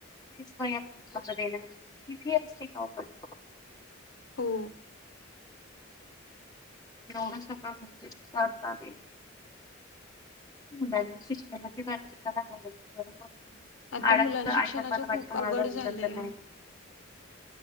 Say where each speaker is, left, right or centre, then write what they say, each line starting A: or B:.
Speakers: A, on the left; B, on the left.
A: वह्या पुस्तके देणार इतकी फी असते का ओ पण?
B: हो.
A: एवढ सगळं म्हणजे करता ते. डायरेक्ट सिस्टेमॅटिक <inaudible> बरोबर
B: आता
A: आडाशीच
B: मुलांना शिक्षणाचं
A: आई, बाप्पाला
B: खूप
A: वाटत माझा
B: अवघड
A: मुलगा
B: झालंय
A: तर नाही ना.